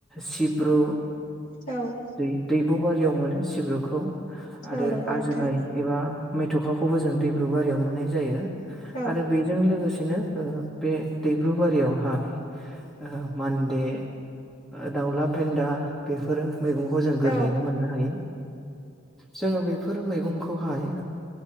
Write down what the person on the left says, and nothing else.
औ
औ नंगौ
नोंथां
औ
औ